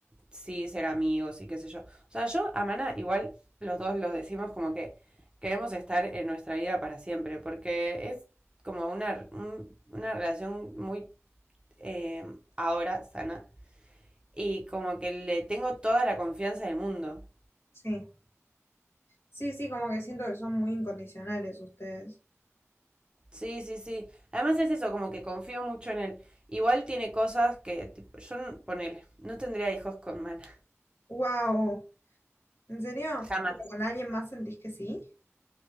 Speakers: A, on the right; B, on the left.
A: sí ser amigos y qué sé yo. O sea, yo a Mana igual los dos lo decimos como que queremos estar en nuestra vida para siempre, porque es como una, un- una relación muy eh, ahora sana. Y como que le tengo toda la confianza del mundo.
B: Sí, sí, sí, como que siento que son muy incondicionales ustedes.
A: Sí, sí, sí. Además es eso, como que confío mucho en él. Igual tiene cosas que, tipo, yo, no- ponele, no tendría hijos con Mana.
B: ¡Wow! ¿En serio?
A: Jamás.
B: ¿Pero ¿Con alguien más sentís que sí?